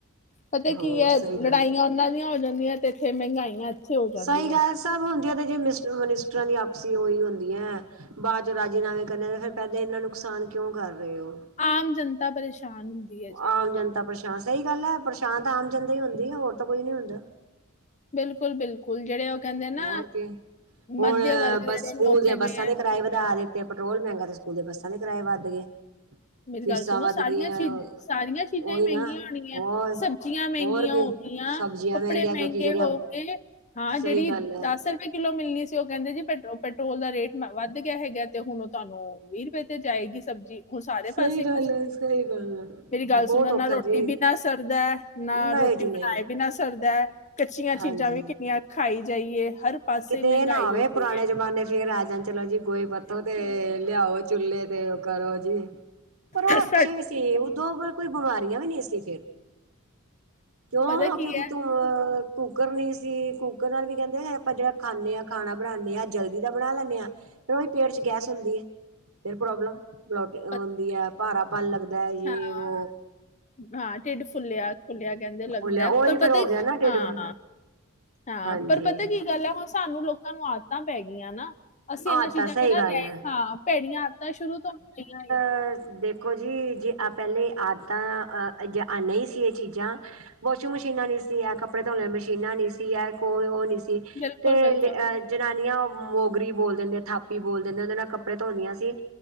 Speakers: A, on the left; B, on the right.
A: ਪਤਾ
B: ਹੋ
A: ਕੀ ਐ
B: ਸਹੀ
A: ਲੜਾਈਆਂ
B: ਗੱਲ ਹੈ
A: ਉਹਨਾਂ ਦੀਆਂ ਹੋ ਜਾਂਦੀਆਂ ਤੇ ਇੱਥੇ ਮਹਿੰਗਾਈਆਂ ਇੱਥੇ ਹੋ ਜਾਂਦੀਆਂ
B: ਸਈ ਗੱਲ ਸਭ ਹੁੰਦੀਆਂ ਤੇ ਜੇ ਮਿਸ ਮਨੀਸਟਰਾਂ ਦੀ ਆਪਸੀ ਉਹੀ ਹੁੰਦੀਆਂ। ਬਾਅਦ ਚੋਂ ਰਾਜੀਨਾਮੇ ਕਰਨੇ, ਫਿਰ ਪਹਿਲਾਂ ਇੰਨਾ ਨੁਕਸਾਨ ਕਿਉਂ ਕਰ ਰਹੇ ਓ।
A: ਆਮ ਜਨਤਾ ਪਰੇਸ਼ਾਨ। ਹੁੰਦੀ ਹੈ ਜੀ
B: ਆਮ ਜਨਤਾ ਪਰੇਸ਼ਾਨ, ਸਹੀ ਗੱਲ ਐ ਪਰੇਸ਼ਾਨ ਤਾਂ ਆਮ ਜਨਤਾ ਈ ਹੁੰਦੀ ਐ ਹੋਰ ਤਾਂ ਕੋਈ ਨੀ ਹੁੰਦਾ।
A: ਬਿਲਕੁਲ ਬਿਲਕੁਲ ਜਿਹੜੇ ਉਹ ਕਹਿੰਦੇ ਨਾ
B: ਹੋਰ ਕੀ ਹੁਣ
A: ਮਧਿਅਮ ਵਰਗ
B: ਬਸ
A: ਜਿਹੜੇ
B: ਸਕੂਲ
A: ਲੋਕ
B: ਦੀਆਂ
A: ਹੈਗੇ
B: ਬੱਸਾਂ ਦੇ ਕਿਰਾਏ ਵਧਾ ਦਿੱਤੇ, ਪੈਟਰੋਲ ਮਹਿੰਗਾ ਤੇ ਸਕੂਲ ਦੇ ਬੱਸਾਂ ਦੇ ਕਿਰਾਏ ਵੱਧ ਗਏ।
A: ਮੇਰੀ
B: ਫੀਸਾਂ
A: ਗੱਲ ਸੁਣੋ
B: ਵੱਧ
A: ਸਾਰੀਆਂ
B: ਗਈਆਂ
A: ਚੀਜ਼ ਸਾਰੀਆਂ ਚੀਜ਼ਾਂ
B: ਉਹੀ
A: ਹੀ ਮਹਿੰਗੀਆਂ
B: ਨਾ
A: ਹੋਣਗੀਆਂ,
B: ਹੋਰ
A: ਸਬਜ਼ੀਆਂ ਮਹਿੰਗੀਆਂ
B: ਹੋਰ ਕੀ
A: ਹੋ ਗਈਆਂ,
B: ਸਬਜ਼ੀਆਂ
A: ਕੱਪੜੇ
B: ਮਹਿੰਗੀਆਂ
A: ਮਹਿੰਗੇ
B: ਕਿਉਂਕਿ ਜਿਹੜੀਆਂ
A: ਹੋ ਗਏ। ਹਾਂ ਜਿਹੜੀ
B: ਸਹੀ ਗੱਲ ਹੈ
A: ਦਸ <unintelligible> ਰੁਪਏ ਕਿੱਲੋ ਮਿਲਣੀ ਸੀ, ਉਹ ਕਹਿੰਦੇ ਜੀ ਪੈਟਰੋਲ ਦਾ ਰੇਟ ਵੱਧ ਗਿਆ ਹੈਗਾ ਤੇ ਹੁਣ ਹੈਲੋ, ਵੀਹ ਰੁਪਏ ਤੇ ਜਾਏਗੀ ਸਬਜ਼ੀ, ਉਹ ਸਾਰੇ
B: ਸਹੀ
A: ਪਾਸੇ,
B: ਗੱਲ ਹੈ ਸਹੀ ਗੱਲ ਹੈ
A: ਮੇਰੀ ਗੱਲ ਸੁਣੋ
B: ਬਹੁਤ
A: ਨਾ
B: ਔਖਾ
A: ਰੋਟੀ
B: ਜੀ
A: ਬਿਨਾ ਸਰਦਾ ਨਾ
B: ਨਹੀਂ
A: ਰੋਟੀ
B: ਜੀ
A: ਬਣਾਏ
B: ਨਹੀਂ
A: ਬਿਨਾਂ ਸਰਦਾ। ਕੱਚੀਆਂ ਚੀਜ਼ਾਂ
B: ਹਾਂਜੀ
A: ਵੀ ਕਿੰਨੀਆਂ ਖਾਈ ਜਾਈਏ, ਹਰ ਪਾਸੇ
B: ਕਿਤੇ
A: ਮਹਿੰਗਾਈ
B: ਇਹ ਨਾ ਹੋਵੇ
A: ਹੋਈ
B: ਪੁਰਾਣੇ
A: ਪਈ ਐ।
B: ਜਮਾਨੇ ਫੇਰ ਆ ਜਾਣ ਚਲੋ ਜੀ ਗੋਏ ਪੱਥੋਂ ਤੇ ਲਿਆਓ ਚੁੱਲੇ ਤੇ ਉਹ ਕਰੋ ਜੀ ਪਰ ਉਹ ਅੱਛੇ
A: ਸਾਡੇ-
B: ਵੀ ਸੀ, ਉਦੋਂ ਪਰ ਕੋਈ ਬਿਮਾਰੀਆਂ ਵੀ ਨਹੀਂ ਸੀ ਫਿਰ। ਕਿਉਂ
A: ਪਤਾ ਕੀ
B: ਕਿਉਂਕਿ
A: ਹੈ
B: ਧੂੰ ਕੁੂਕਰ ਨਹੀਂ ਸੀ, ਕੁੂਕਰ ਨਾਲ ਵੀ ਕਹਿੰਦੇ ਆਪਾਂ ਜਿਹੜਾ ਖਾਂਦੇ ਹਾਂ, ਖਾਣਾ ਬਣਾਣੇ ਆ ਜਲਦੀ ਤਾ ਬਣਾ ਲੈਂਣੇ ਆ। ਫਿਰ ਉਹੀ ਪੇਟ ਚ ਗੈਸ ਹੁੰਦੀ ਐ ਫਿਰ ਪ੍ਰੋਬਲਮ ਬਲੋ ਓ
A: ਪਤ-
B: ਹੁੰਦੀ ਐ। ਭਾਰਾ ਪਨ ਲੱਗਦਾ ਐ ਜੇ
A: ਹਾਂ
B: ਵੋ।
A: ਹਾਂ ਢਿੱਡ ਫੁੱਲਿਆ ਫੁੱਲਿਆ ਕਹਿੰਦੇ ਲੱਗਦਾ,
B: ਫੁੱਲਿਆ ਉਹੀ
A: ਪਰ
B: ਫੇਰ
A: ਪਤਾ
B: ਹੋ ਗਿਆ ਨਾ ਢਿੱਡ
A: ਹਾਂ
B: ਫੁੱਲ।
A: ਹਾਂ
B: ਹਾਂਜੀ
A: ਪਰ ਪਤਾ ਕੀ ਗੱਲ ਐ, ਹੁਣ ਸਾਨੂੰ ਲੋਕਾਂ ਨੂੰ ਆਦਤਾਂ ਪੈ ਗਈਆਂ ਨਾ। ਅਸੀਂ ਇਹਨਾਂ
B: ਆਹ
A: ਚੀਜ਼ਾਂ
B: ਤਾਂ ਸਹੀ
A: ਬਿਨਾਂ
B: ਗੱਲ
A: ਰਹਿ
B: ਹੈ
A: ਹਾਂ, ਭੈੜੀਆਂ ਆਦਤਾਂ ਸ਼ੁਰੂ ਤੋਂ ਪਈਆਂ ਹੋਈਆਂ ਨੇ।
B: <unintelligible> ਦੇ ਦੇਖੋ ਜੀ ਜੇ ਆ ਪਹਿਲੇ ਆਦਤਾਂ ਜੇ ਨਹੀਂ ਸੀ ਇਹ ਚੀਜ਼ਾਂ ਵਾਸ਼ਿੰਗ ਮਸ਼ੀਨਾਂ ਨੀ ਸੀ ਐ, ਕੱਪੜੇ ਧੋਣ ਵਾਲੀਆਂ ਮਸ਼ੀਨਾਂ ਨੀ ਸੀ ਐ ਓ ਉਹ ਨਹੀਂ ਸੀ
A: ਬਿਲਕੁਲ
B: ਤੇ
A: ਬਿਲਕੁਲ
B: ਜਨਾਨੀਆਂ ਮੋਗਰੀ ਬੋਲ ਦਿੰਦੇ ਥਾਪੀ ਬੋਲ ਦਿੰਦੇ ਉਹਦੇ ਨਾਲ ਕੱਪੜੇ ਧੋਂਂਦੀਆਂ ਸੀ।